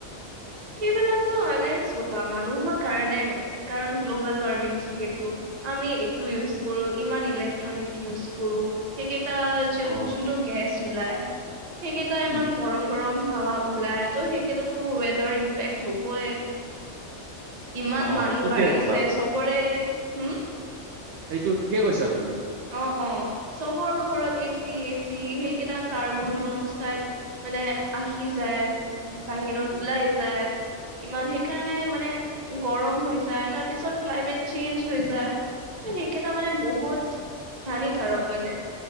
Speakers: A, on the right; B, on the right.
A: এইবিলাতকো মানে চোৱা মানুহৰ কাৰণে হৈছে, কাৰণ গ্ল'বেল ৱাৰ্মিং যিহেতু আমি এইটো ইউজ কৰোঁ, ইমান ইলেক্ট্ৰনিক ইউজ কৰোঁ সেই-
B: অ
A: যোনটো গেছ ওলাই সেইকেইটা ইমান
B: উম
A: গৰম, গৰম হাৱা ওলাই ত' সেই ক্ষেত্ৰতো ৱেডাৰ ইম্পেক্ট হ'বই। ইমান
B: অ
A: মানুহ
B: ঠিকে
A: বাঢ়িছে
B: ক'লা
A: চবৰে। হুম
B: সেইটো ঠিকে কৈছা তুমি
A: অ অ চবৰ ঘৰত এচি এ চি সেইকেইটা কাৰ্বন মনক্সাইড মানে আহি যায় বাহিৰত ওলাই যায়। ইমান সেইকাৰণে মানে গৰম হৈ যায় তাৰপিছত ক্লাইমেট চেইঞ্জ হৈ যায়। ত সেইকেইটা মানে বহুত হানিকাৰক মানে